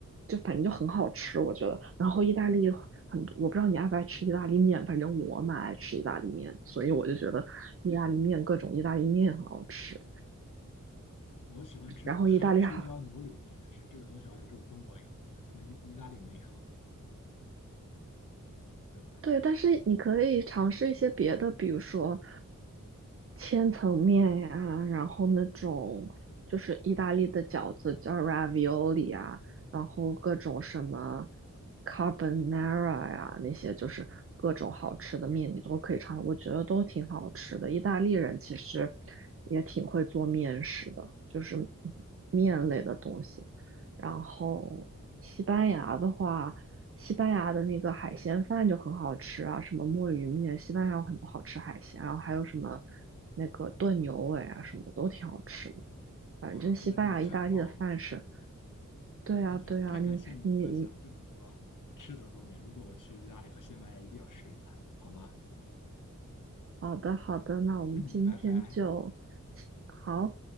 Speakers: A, on the right (about 45°); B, on the left (about 85°).
A: 就反正就很好吃，我觉得。然后意大利很多我不知道你爱不爱吃意大利面，反正我蛮爱吃意大利面，所以我就觉得意大利面各种意大利面很好吃。
B: 我喜欢吃什么黑黑椒牛柳面，
A: 然后意大利还
B: 但是这个东西好像只有中国有，那他们意意大利没有，对吧？
A: 对，但是你可以尝试一些别的，比如说千层面呀，然后那种就是意大利的饺子叫 ravioli 啊，然后各种什么 carbonara 呀，那些就是各种好吃的面你都可以尝，我觉得都挺好吃的。意大利人其实也挺会做面食的，就是面类的东西。然后西班牙的话。西班牙的那个海鲜饭就很好吃啊，什么墨鱼面，西班牙有很多好吃海鲜，然后还有什么那个炖牛尾啊什么的都挺好吃的。反正西班牙、
B: 哇，那真是太棒了！
A: 意大利的饭是，
B: 对的，
A: 对啊，
B: 那他太感谢你分享这么多吃的方面，
A: 对啊，你你你，
B: 如果我去意大利和西班牙，一定要试一下，好吗？
A: 好的好的，那我们今天就
B: <clears throat> 嗯，拜拜。
A: 好。